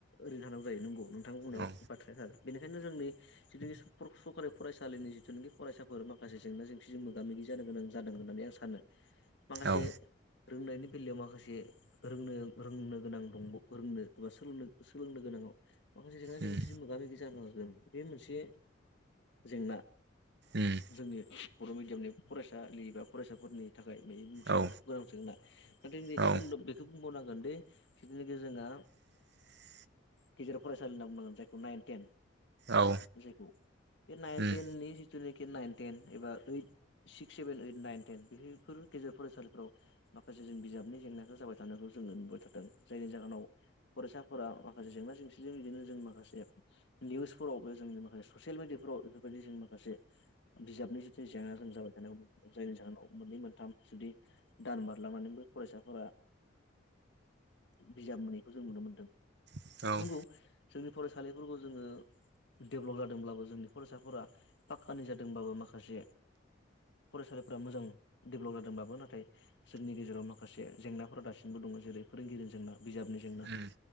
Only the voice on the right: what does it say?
औ
औ
उम
उम
औ
औ
<inaudible>
औ
उम
औ औ
उम